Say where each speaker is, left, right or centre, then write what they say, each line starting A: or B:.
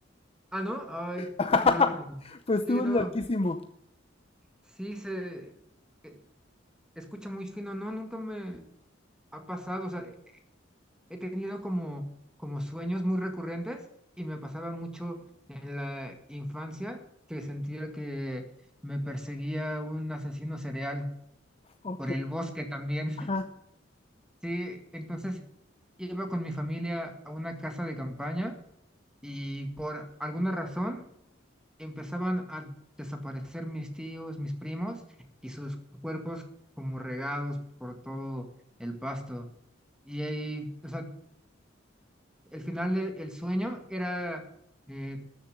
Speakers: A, in the centre; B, on the left.
A: Ah, no. Ay,
B: <laughs>
A: qué lástima.
B: Pues estuvo
A: Sí, no.
B: loquísimo.
A: Sí, se eh, escucha muy fino. No, nunca me ha pasado. O sea, he tenido como, como sueños muy recurrentes y me pasaba mucho en la infancia que sentía que me perseguía un asesino serial
B: Ok.
A: por el bosque también. <laughs>
B: Ajá.
A: Sí, entonces iba con mi familia a una casa de campaña y por alguna razón empezaban a desaparecer mis tíos, mis primos y sus cuerpos como regados por todo el pasto. Y ahí, o sea, El final del sueño era eh,